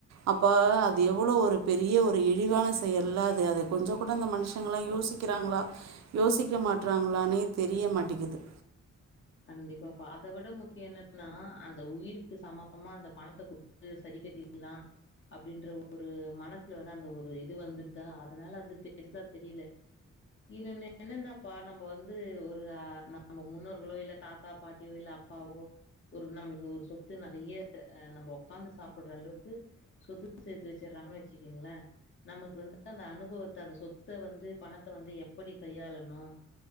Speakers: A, on the right; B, on the left.
A: அப்போ அது எவ்வளோ ஒரு பெரிய ஒரு இழிவான செயல்ல அது அதை கொஞ்சம் கூட அந்த மனுஷங்களாம் யோசிக்க றாங்களா யோசிக்க மாட்டுறாங்களானே தெரிய மாட்டேக்குது
B: கண்டிப்பா பா அத விட முக்கியம் என்னன்னா அந்த உயிருக்கு சமமா அந்த பணத்த குடுத்து சரி கெட்டிரலாம் அப்படின்ற ஒரு மனசு வந்து அந்த ஒரு இது வந்துட்டா அதனால அது பெருசா தெரியல இன்னன்ன என்னன்னாப்பா நம்ம வந்து ஒரு ஆ நாம முன்னோருகளில தாத்தா பாட்டியோ இல்ல அப்பாவோ ஒரு நம்ம ஒரு சொத்து நெறைய நம்ம உக்காந்து சாப்புடுற அளவுக்கு சொத்து சேர்த்து வச்சுறாங்கன்னு வச்சுக்கீங்களே நமக்கு வந்து அந்த அனுபவத்தை அந்த சொத்த வந்து பணத்தை வந்து எப்படி கையாளணும்